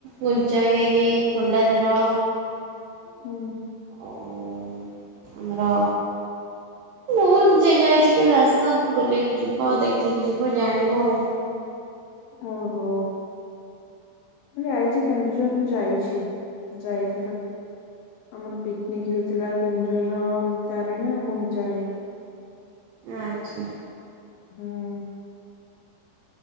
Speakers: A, on the right; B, on the left.
A: ଗୁଣ୍ଡିଚାଘାଗି, ଖଣ୍ଡାଧାର
B: ହୁଁ।
A: ଆଉ ଆମର ବହୁତ ଜାଗା ଅଛି କେବେ ଆସ ବୁଲକି ଯିବ। ହଁ ଦେଖିକି ଯିବ ଜାଣିବ।
B: ଆଉ ହୋ। ମୁଁ ଯାଇଛି କେନ୍ଦୁଝର, ମୁଁ ଯାଇଛି, ଯାଇଥିଲେ। ଆମର ପିକନିକ୍ ହେଇଥିଲା କେଉଁଝର ର ତାରିଣୀ ଆଉ ଗୁଣ୍ଡିଚାଘାଇ।
A: ଆଚ୍ଛା।
B: ହଁ।